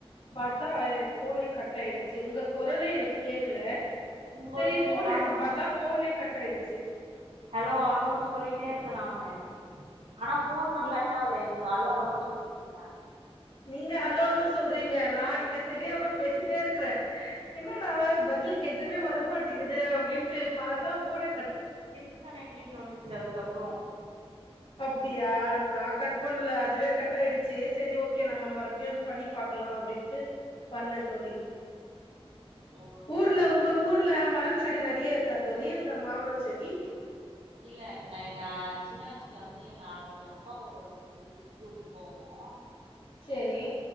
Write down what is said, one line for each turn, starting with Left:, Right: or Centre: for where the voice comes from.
Left: பா பத்தா எ போனே கட் ஆயிடுச்சு உங்க குரலே எனக்கு கேக்கல
Right: உங்களது
Left: செரி ஃபோன்
Right: நானு
Left: எடுத்து பாத்தா ஃபோனே கட் ஆயிடுச்சு
Right: ஹலோ ஹலோன்னு சொல்லிட்டே இருக்கே நானு ஆனா போன்லா
Left: நீ
Right: கட்ட ஆல எனக் இது ஹலோ ஹலோ சொல்லிட்டு இருந்தே
Left: நீங்க ஹலோலோ சொல்றீங்க நா இங்க தெரியாம பேசிட்டே இருக்கறே என்னா டா பதிலுக் எதுவுமே வரமாட்டேங்குது அப்படின்ட்டு பாத்தா போனே
Right: டிஷ் கனெக்ட்ன்னு வந்துச்சு அதுக்கப்புறோ
Left: அப்படியா நா கட் பண்ணல அதுவே கட் ஆயிடுச்சு சேரி ஓகே நம்ம மறுபடியு பண்ணி பாக்கலா அப்படின்ட்டு பண்ணே தோழி
Right: ஓ
Left: ஊர்ல
Right: சரிங்க
Left: உங்க ஊர்ல மர செடி நெறைய இருக்கா தோழி அங்க மாமழம் செடி
Right: இல்ல நா எங்க சின்ன வயசுல வந்து எங்க அவளுடைய அப்பாவோட வீட் ஊருக்கு போவோ
Left: சேரி